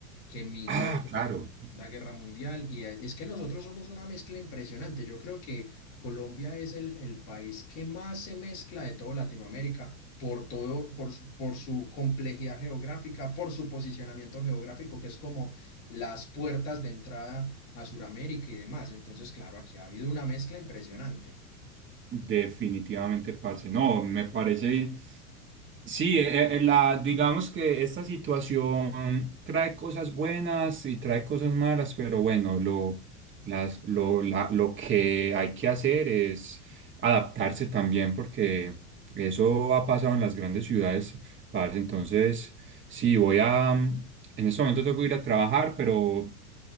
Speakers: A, on the left (about 50°); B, on the right (about 25°).
A: que migró
B: Ah,
A: durante
B: claro,
A: la Segunda Guerra Mundial y eh, es que nosotros somos una mezcla impresionante. Yo creo que Colombia es el, el país que más se mezcla de toda Latinoamérica por todo, por, su- por su complejidad geográfica, por su posicionamiento geográfico, que es como las puertas de entrada a Sudamérica y demás. Entonces, claro, aquí ha habido una mezcla impresionante.
B: definitivamente, parce. No, me parece. Sí, eh, eh, la, digamos que esta situación trae cosas buenas y trae cosas malas, pero bueno, lo, las, lo, la- lo que hay que hacer es adaptarse también, porque eso ha pasado en las grandes ciudades, parce. Entonces, sí, voy a, mm, en este momento tengo que ir a trabajar, pero